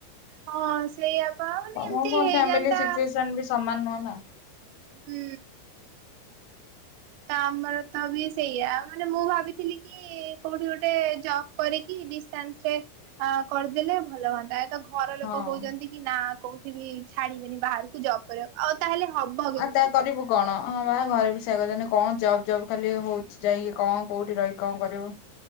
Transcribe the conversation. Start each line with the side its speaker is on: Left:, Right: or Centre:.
Right: ହଁ ସେଇଆ ପା ମାନେ
Left: ସମସ୍ତଙ୍କ
Right: ଏମିତି ହେଇଯାନ୍ତା
Left: ଫ୍ୟାମିଲି ସିଚୁଏସନ ବି ସମାନ ନୁହଁ ନା!
Right: ହୁଁ। ତ ଆମର ତ ବି ସେଇଆ ଆଉ ମାନେ ମୁଁ ଭାବିଥିଲି କି କି କୋଉଠି ଗୋଟେ ଜବ କରିକି ଡିଷ୍ଟାନ୍ସରେ କରିଦେଲେ ଅ ଭଲ ହୁଅନ୍ତା ଏବେ ଘ ଘର ଲୋକ
Left: ହଁ।
Right: କହୁଛନ୍ତି କି ନା କୋଉଠି ବି ଛାଡିବେନି ବାହାରୁ ତୁ ଜବ କରିବାକୁ। ଆଉ ତାହେଲେ ହବ କେମିତି?
Left: ଆଉ ତା କରିବୁ କଣ ହଁ ବା ଘରେ ବି ସେଇଆ କହୁଛନ୍ତି କଣ ଜବ୍ ଜବ୍ ଖାଲି ହଉଛି ଯାଇଁକି କଣ କୋଉଠି ରହିକି କଣ କରିବୁ?